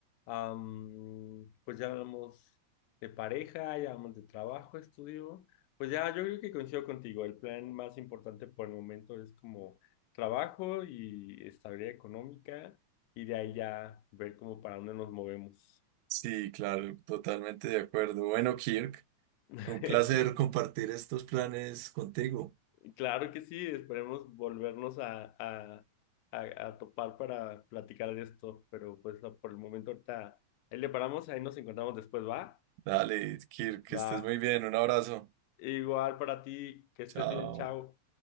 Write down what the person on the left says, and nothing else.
Am, pues ya hablamos de pareja, ya hablamos de trabajo, estudio. Pues ya, yo creo que coincido contigo. El plan más importante por el momento es como trabajo y estabilidad económica, y de ahí ya ver como para dónde nos movemos.
<laughs>
Claro que sí, esperemos volvernos a, a, a- a topar para platicar de esto, pero pues no, por el momento ahorita ahí le paramos, ahí nos encontramos después, ¿va?
Va.
Igual para ti, que estés
bien, chao.